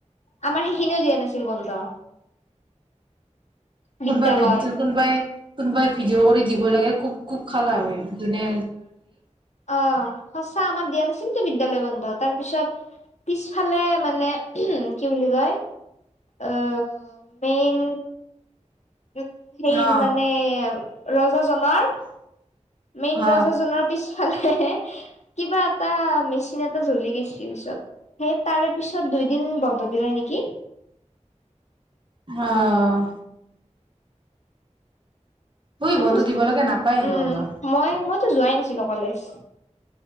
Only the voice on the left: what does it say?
আমাৰ সেইখিনিও দিয়া নাছিল বন্ধ
বিদ্যালয়
অঁ সঁচা আমাৰ দিয়া নাছিল টো বিদ্যালয় বন্ধ তাৰ পিছত পিছফালে মানে উমহ কি বুলি কয় আহ মেইন উ সেই
মানে ৰজা জনাৰ মেইন
ৰজা জনৰ পিছ ফালে এহে হে কিবা এটা মেচিন এটা জ্বলি গৈছি পিছত সেই তাৰে পিছত দুই দিন বন্ধ দিলে নেকি
মইতো
উম
মই মইতো যোৱাই নাছিলো কলেজ